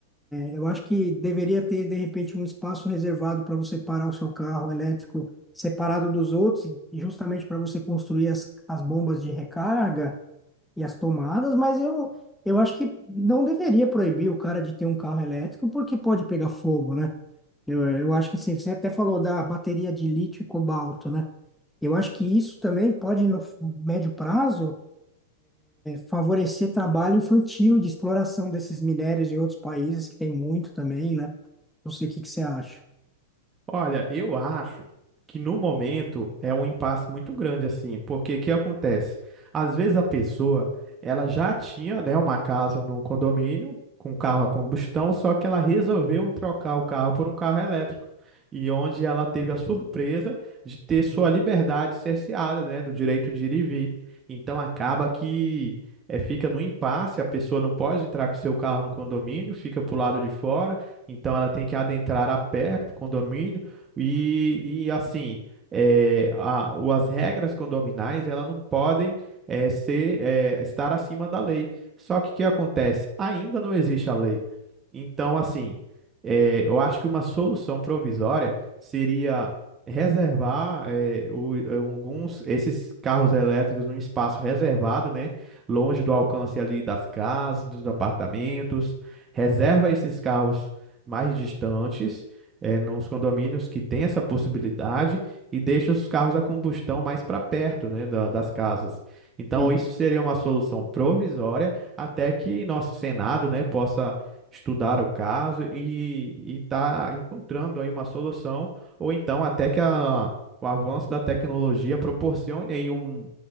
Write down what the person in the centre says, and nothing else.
Eu acho que deveria ter, de repente, um espaço reservado para você parar o seu carro elétrico separado dos outros, justamente para você construir as, as bombas de recarga e as tomadas, mas eu, eu acho que não deveria proibir o cara de ter um carro elétrico, porque pode pegar fogo, né? Eu, eu acho que sim, você até falou da bateria de lítio e cobalto, né? Eu acho que isso também pode, no médio prazo, favorecer trabalho infantil de exploração desses minérios de outros países, que tem muito também, né? Não sei o que que você acha.
E